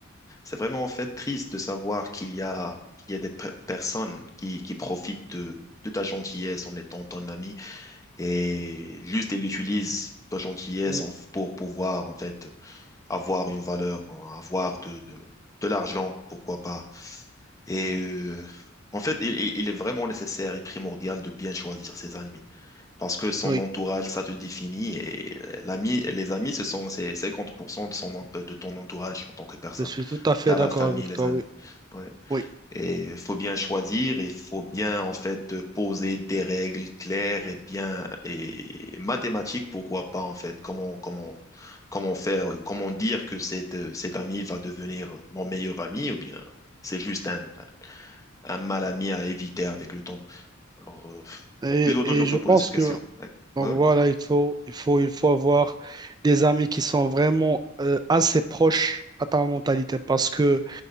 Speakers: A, on the left; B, on the right.
A: C'est vraiment en fait triste de savoir qu'il y a, qu'il y a des pe- personnes qui, qui profitent de, de ta gentillesse en étant ton ami et juste ils utilisent ta gentillesse
B: on-
A: en- pour pouvoir en fait avoir une valeur, avoir de, de, de l'argent, pourquoi pas. Et euh, en fait, il, il il est vraiment nécessaire et primordial de bien choisir ses amis parce que son
B: oui.
A: entourage, ça te définit et euh, l'ami, les amis, ce sont c'est 50% de son, en- de ton entourage en tant que personne.
B: Je suis tout à fait
A: T'as
B: d'accord
A: la famille,
B: avec
A: les
B: toi,
A: amis.
B: oui.
A: Ouais.
B: Oui.
A: Et faut bien choisir, il faut bien en fait poser des règles claires et bien et mathématiques, pourquoi pas en fait. Comment comment comment faire, euh, comment dire que cet euh, cet ami va devenir mon meilleur ami ou bien c'est juste un un mal ami à éviter avec le temps. Alors, euh,
B: Et,
A: tu dois toujours
B: et je
A: te poser
B: pense
A: cette question.
B: que,
A: Ouais.
B: donc
A: Ouais,
B: voilà, il faut, il faut, il faut avoir des amis qui sont vraiment euh, assez proches à ta mentalité parce que